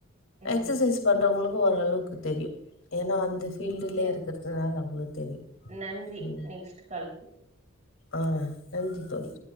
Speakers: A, on the right; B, on the left.
A: ம்
B: எக்ஸசைஸ் பண்றவங்களுக்கு ஓரளவுக்கு தெரியு ஏன்னா அந்த ஃபீல்டுலயே
A: சேரி
B: இருக்கிறதுனால நம்ளுக்கு தெரியு
A: நன்றி
B: ம்
A: நெக்ஸ்ட் கால்
B: ஆ நன்றி தோழி